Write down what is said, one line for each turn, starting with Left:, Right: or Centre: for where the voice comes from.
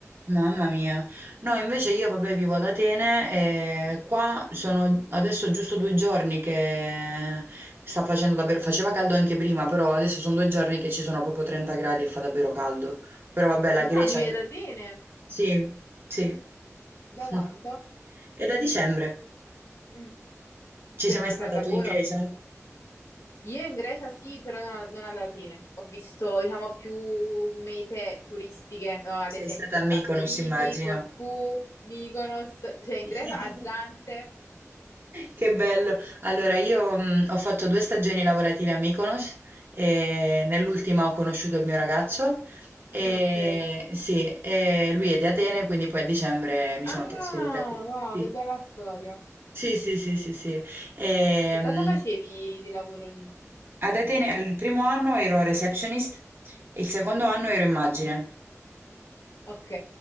Right: Mamma mia. No, invece io, vabbè, vivo ad Atene e qua sono adesso giusto due giorni che sta facendo davvero, faceva caldo anche prima, però adesso sono due giorni che ci sono proprio 30 gradi e fa davvero caldo. Però vabbè, la
Left: Ma
Right: Grecia,
Left: vivi
Right: io...
Left: ad Atene?
Right: sì, sì. <laughs>
Left: Da quanto?
Right: E da dicembre?
Left: Mm.
Right: Ci
Left: Per,
Right: sei mai stata
Left: per lavoro?
Right: tu in Grecia?
Left: Io in Grecia sì, però non a, non ad Atene. Ho visto, diciamo, più mete turistiche, no, ad
Right: Sei
Left: esempio
Right: stata a Mykonos,
Left: Santorini,
Right: immagino.
Left: Corfù, Mykonos, cioè in
Right: <laughs>
Left: Grecia a Zante.
Right: Che bello! Allora io, mhmm, ho fatto 2 stagioni lavorative a Mykonos e nell'ultima ho conosciuto il mio ragazzo e
Left: <laughs> Ok.
Right: sì, e lui è di Atene, quindi poi a dicembre mi
Left: Ah,
Right: sono trasferita
Left: wow,
Right: qui.
Left: che bella storia.
Right: Sì, sì, sì, sì, sì, sì. Ehm,
Left: E cosa facevi di lavoro lì?
Right: ad Atene il primo anno ero receptionist, il secondo anno ero immagine.
Left: Ok.